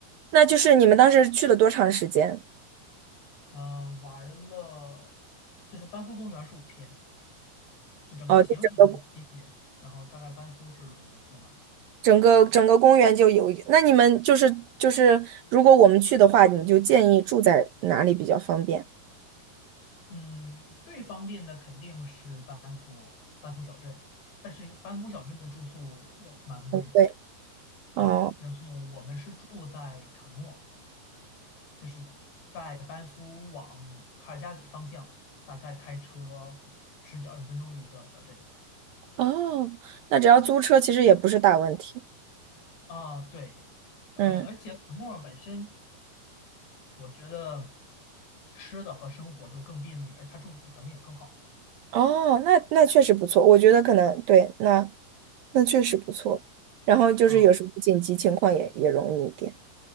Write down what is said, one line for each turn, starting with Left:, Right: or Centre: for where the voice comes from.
Right: 那就是你们当时去了多长时间？
Left: 嗯、玩了就是班夫公园是五天，就整个行程是七天，
Right: 哦，就整个
Left: 然后大概班夫是五天吧。
Right: 整个整个公园就有。那你们就是就是，如果我们去的话，你就建议住在哪里比较方便？
Left: 嗯，最方便的肯定是班夫班夫小镇，但是班夫小镇的住宿呃蛮贵的
Right: 对，
Left: 啊。
Right: 哦
Left: 然后我们是住在坎莫，就是在班夫往卡尔加里方向，大概开车十几二十分钟的一个小镇
Right: 哦，那只要租车其实也不是大问题。
Left: 啊。对，呃，
Right: 嗯，
Left: 而且坎莫本身，我觉得吃的和生活都更便利，而它住宿条件也更好。
Right: 哦，那那确实不错，我觉得可能对，那那确实不错。然后就是有什么紧急情况也也容易一点。
Left: 啊。